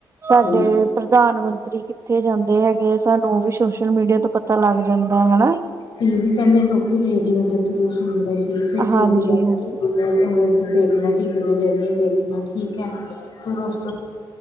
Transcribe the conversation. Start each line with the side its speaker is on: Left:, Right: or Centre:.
Right: ਸਾਡੇ
Left: ਜੀ।
Right: ਪ੍ਰਧਾਨ ਮੰਤਰੀ ਕਿੱਥੇ ਜਾਂਦੇ ਹੈਗੇ ਸਾਨੂੰ ਓ ਵੀ ਸੋਸ਼ਲ- ਮੀਡੀਆ ਤੋਂ ਪਤਾ ਲੱਗ ਜਾਂਦਾ ਹਨਾ।
Left: ਟੀਵੀ ਪੇਲੇ ਲੋਕੀ ਰੇਡੀਓ ਦੇ ਥਰੂ ਸੁਣਦੇ ਸੀ ਫਿਰ ਟੀਵੀ
Right: ਹਾਂਜੀ ਹਾਂਜੀ।
Left: ਉਹਦੇ ਚ ਦੇਖਣਾ ਟੀਵੀ ਦੇ ਜਰੀਏ ਦੇਖਣਾ ਠੀਕ ਏ ਫੇਰ ਉਸ ਤੋਂ